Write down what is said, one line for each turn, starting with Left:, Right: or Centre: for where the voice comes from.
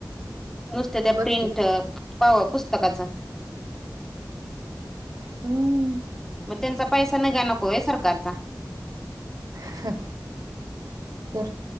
Centre: नुसत त्या
Right: बघ
Centre: प्रिंट
Right: की
Centre: पाव पुस्तकाच.
Right: हम्म
Centre: मग त्यांचा पैसा नाही गा नको आहे सरकारचा
Right: ह तर